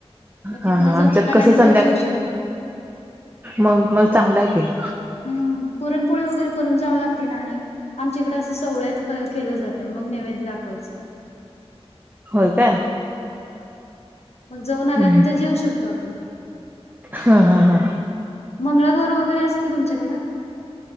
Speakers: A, on the left; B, on the right.
A: मग तिथनं
B: हा हा
A: जाऊन
B: आमच्यात
A: आल्यानंतर
B: कस संध्याकाळ
A: जेऊ शकतो
B: मग मग चांगला आहे.
A: हम् पुरणपोळी वगैरे करून जाव लागत. आणि आमच्या इकडे असं सवळत केलं जाते मग नैवेद दाखवायचं.
B: हो का.
A: हा मग जाऊन आल्यानंतर
B: हम्म
A: जेऊ शकतो आपण.
B: हा हा हा
A: मंगळागौर वगैरे असते तुमच्याकडं?